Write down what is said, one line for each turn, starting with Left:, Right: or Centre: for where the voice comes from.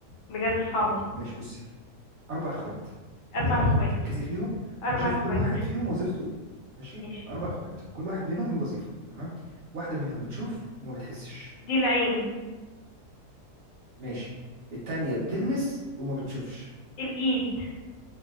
Left: بجد صعبة
Right: ماشي بصي اربع اخوات
Left: اربع
Right: اربع
Left: اخوات
Right: اخوات ركزي فيهم
Left: اربع
Right: وشوفي
Left: اخوات
Right: كل واحد فيهم وظيفته ايه ماشي
Left: ماشي
Right: اربع اخوات كل واحد منهم له وظيفه تمام واحده منهم بتشوف وما بتحسش
Left: دي العين
Right: ماشي التانيه بتلمس وما بتشوفش
Left: الايد